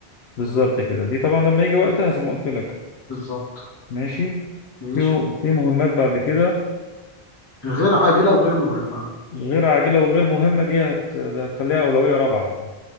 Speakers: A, on the left; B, on the left.
A: بالظبط كده دي طبعا لما يجي وقتها زي ما قلت لك
B: بالظبط
A: ماشي
B: ماشي
A: في في مهمات بعد كده
B: غير عاجلة وغير مهمة
A: غير عاجلة وغير مهمة دي هت... هتخليها أولوية رابعة